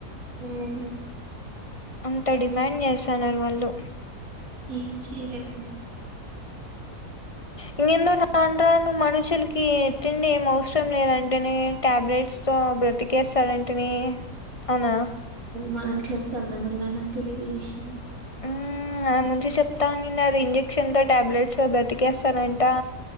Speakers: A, on the right; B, on the left.
A: ఉమ్
B: అంత డిమాండ్ చేసన్నరు వాళ్ళు
A: ఏం చేయలేం
B: ఇంగెన్దో రాన్ రాను మనుషుల్ కీ తిండి ఏం అవసరం లేదంటనే టాబ్లెట్స్ తో బ్రతికేస్తారంటనే అవునా
A: వంట్లో చంద మల్లన తెలీదు ఈ విషయం
B: హ్మ్ ఆనుంచి చెప్తానున్నారు ఇంజెక్షన్ తో టాబ్లెట్స్తో బ్రతికేస్తారంటా